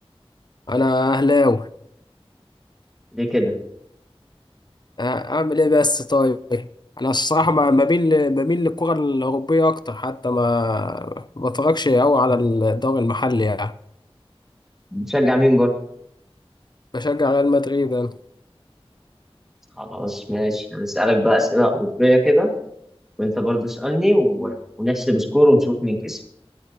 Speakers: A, on the left; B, in the centre.
A: انا اهلاوي
B: ليه كده؟
A: أه، اعمل ايه بس طيب انا الصراحه ما ما بين بميل للكره الاوروبيه اكتر حتى ما ما بتفرجش قوي على الدوري المحلي يعني
B: بتشجع مين برضه؟
A: بشجع ريال مدريد انا
B: خلاص ماشي هنسألك بقى أسئلة أوروبية كده وانت برضه اسألني و... ونحسب سكور ونشوف مين كسب